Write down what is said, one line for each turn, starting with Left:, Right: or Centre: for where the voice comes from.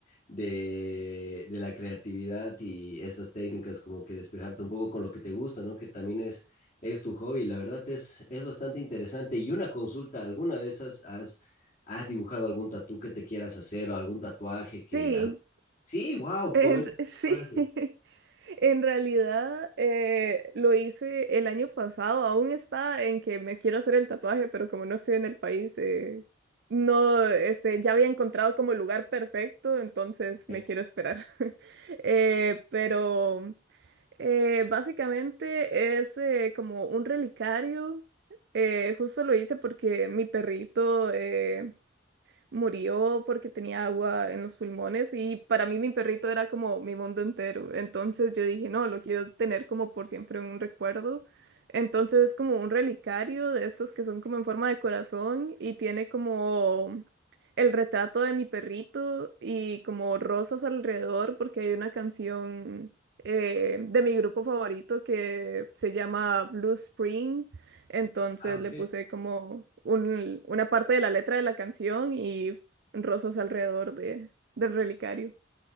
Left: de, de la creatividad y esas técnicas, como que despejarte un poco con lo que te gusta, ¿no? Que también es, es tu hobby. La verdad es, es bastante interesante. Y una consulta, ¿alguna vez has, has, has dibujado algún tatú que te quieras hacer o algún tatuaje que...
Right: sí,
Left: al- Sí, wow,
Right: en
Left: comenta.
Right: re- sí.
Left: un eso.
Right: <laughs> En realidad eh, lo hice el año pasado, aún está en que me quiero hacer el tatuaje, pero como no estoy en el país, eh, no, este, ya había encontrado como el lugar perfecto, entonces
Left: Ok.
Right: me quiero esperar. <laughs> Eh, pero eh, básicamente es eh, como un relicario, eh, justo lo hice porque mi perrito... eh, murió porque tenía agua en los pulmones y para mí mi perrito era como mi mundo entero. Entonces yo dije, no, lo quiero tener como por siempre un recuerdo. Entonces es como un relicario de estos que son como en forma de corazón y tiene como el retrato de mi perrito y como rosas alrededor porque hay una canción eh, de mi grupo favorito que se llama Blue Spring entonces
Left: Ah, ok.
Right: le puse como un- una parte de la letra de la canción y rosas alrededor de, del relicario.